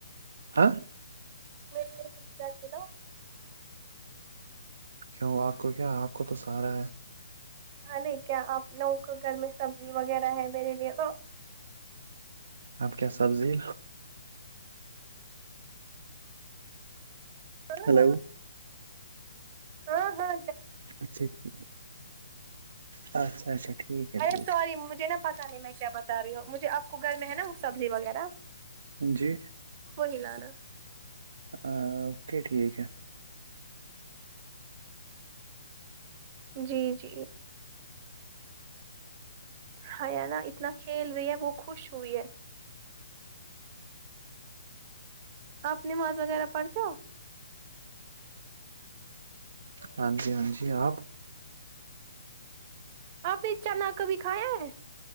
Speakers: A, on the right; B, on the right.
A: آاں
B: <unintelligible> چلاؤ
A: کیوں آپ کو کیا آپ کو تو سارا ہے
B: ہ نہیں کیا آپ لوگوں کو گھر میں سبزی وغیرہ ہے میرے لیے تو
A: آپ کیا سبزی
B: کرا
A: ہلو
B: ہے نا ہاں ہاں
A: اچھا ٹھیک، اچھا اچھا ٹھیک ہے
B: ارے
A: ٹھیک
B: سوری مجھے نا پتہ نہیں میں کیا بتا رہی ہوں مجھے آپ کو گھر میں ہے نا سبزی وغیرہ
A: جی
B: وہی لانا
A: ا اوکے ٹھیک ہے
B: جی جی حیا نہ اتنا کھیل رہی ہے وہ خوش ہوئی ہے آپ نماز وغیرہ پڑھتے ہو
A: ہاں جی ہاں جی آپ
B: آپ نے چنا کبھی کایا ہے